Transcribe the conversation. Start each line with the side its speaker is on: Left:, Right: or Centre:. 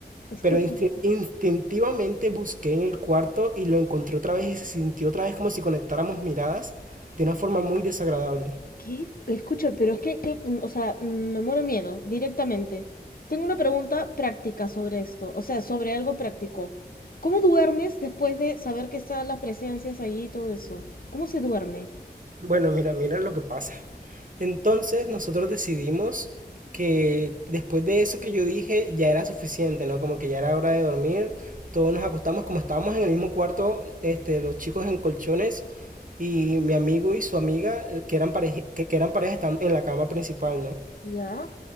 Left: escúchame.
Right: Pero insti- instintivamente busqué en el cuarto y lo encontré otra vez y se sintió otra vez como si conectáramos miradas de una forma muy desagradable.
Left: ¿Qué? Escucha, pero es que, que, mm, o sea, mm, me muero de miedo directamente. Tengo una pregunta práctica sobre esto, o sea, sobre algo práctico. ¿Cómo duermes después de saber que están las presencias allí y todo eso? ¿Cómo se duerme?
Right: Bueno, mira, mira lo que pasa. Entonces nosotros decidimos que después de eso que yo dije ya era suficiente, ¿no? Como que ya era hora de dormir. Todos nos acostamos como estábamos en el mismo cuarto, este, los chicos en colchones y mi amigo y su amiga eh, que eran pareja, que, que eran pareja están en la cama principal, ¿no?
Left: ¿Ya?